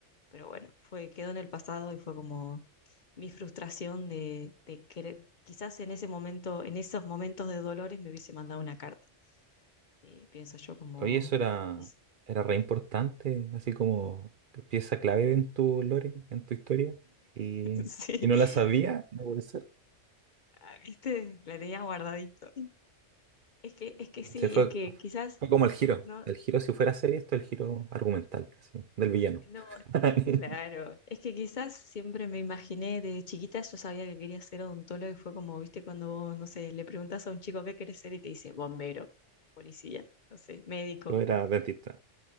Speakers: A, on the left; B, on the right.
A: pero bueno, fue, quedó en el pasado y fue como mi frustración de, de querer, quizás en ese momento, en esos momentos de dolores me hubiese mandado una carta, eh, pienso yo como...
B: Oye, eso era,
A: <laughs>
B: era re importante, así como pieza clave en tu lore, en tu historia. Y,
A: Sí,
B: y no la sabía,
A: <laughs>
B: no puede ser.
A: Ah, ¿viste? La tenía guardadito. Es que, es que sí,
B: Se fue,
A: es que quizás,
B: fue como el giro.
A: no,
B: El giro, si fuera serie, esto es el giro argumental, así, del villano.
A: no,
B: <laughs>
A: claro, es que quizás siempre me imaginé desde chiquita, yo sabía que quería ser odontólogo y fue como, viste, cuando vos, no sé, le preguntás a un chico qué querés ser y te dice bombero, policía, no sé, médico.
B: Tú eras dentista.